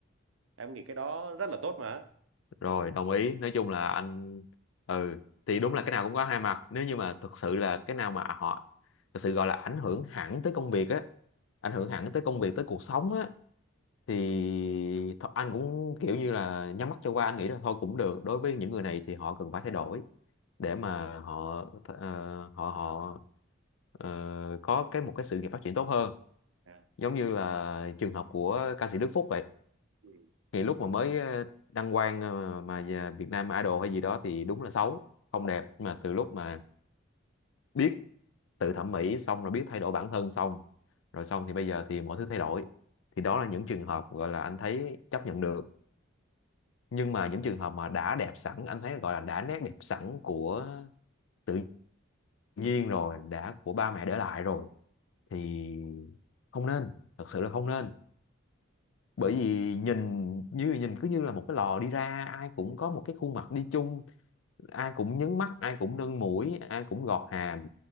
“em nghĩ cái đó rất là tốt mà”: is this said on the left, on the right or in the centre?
Right